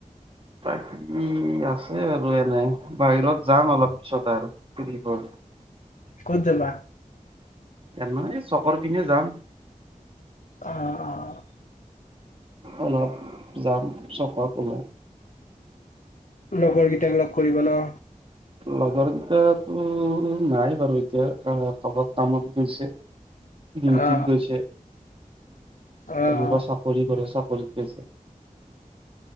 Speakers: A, on the right; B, on the left.
A: বাকী আছে আৰু এনে বাহিৰত যাম অলপ পিছত আৰু ফৰিব।
B: ক'ত যাবা?
A: এনেই চকৰ পিনেনে যাম।
B: অঁ অঁ।
A: অলপ যাম চকত ওলাই।
B: লগৰ কেইটাক লগ কৰিব ন।
A: লগৰকেইটটো নাই বাৰু এতিয়া ত কবাত কামত গৈছে। ডিউটিত
B: অ অ
A: গৈছে,
B: অ অ
A: কোনোবা চাপৰি কৰে চৰি। বলছে <inaudible>